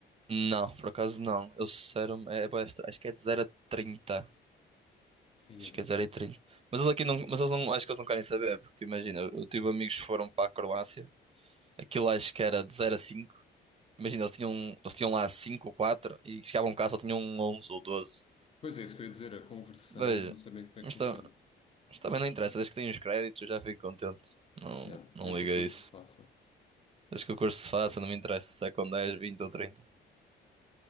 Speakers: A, on the right; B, on the left.
A: Não, por acaso não. eu disseram, é, basta- acho que é de zero a trinta
B: Aí
A: Acho
B: é bem.
A: que é 0,30. Mas eles aqui não, mas eles não, acho que eles não querem saber, porque imagina, eu eu tive amigos que foram para a Croácia, aquilo acho que era de 0 a 5. Imagina, eles tinham, eles tinham lá 5 ou 4 e chegavam cá só tinham 11 ou 12.
B: Pois é, isso que eu ia dizer, a conversão,
A: Mas,
B: não sei bem como é
A: mas,
B: que funciona.
A: ta- mas também não interessa, desde que tenho os créditos eu já fico contente. Não,
B: Yeah,
A: não
B: desde
A: liga
B: que o curso
A: a isso.
B: se faça.
A: Desde que o curso se faça, não me interessa se é com 10, 20 ou 30.